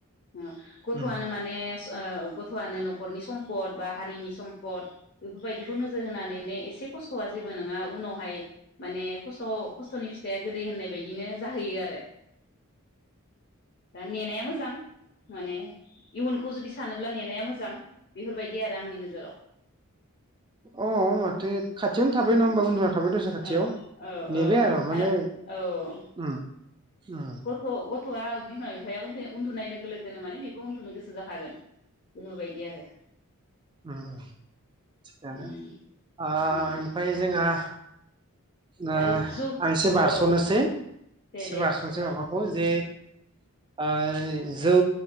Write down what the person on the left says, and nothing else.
ओ गथ'आनो
माने गथ'आनो न'खरनि सम्पद बा हारिनि सम्पद बेफोरबायदिखौ नोजोर होनानै ने एसे खस्थ'आ जेबो नङा उनावहाय माने खस्थ' खस्थ'नि फिथाइया गोदै होननाय बायदिनो जाहैयो आरो। दा नेनाया मोजां माने इयुनखौ जुदि सानोब्ला नेनाया मोजां बेफोरबायदि आरो आंनि नोजोराव।
उम
औ औ
औ
आरो औ
गथ' गथ'आ बिमा बिफाया उन्दुनाय लोगो लोगोनो माने बेबो उन्दुनो गोसो जाखागोन बेफोरबायदि आरो।
उम
औ
आरो जौ
औ
औ दे
दे
बास' जागोन
उम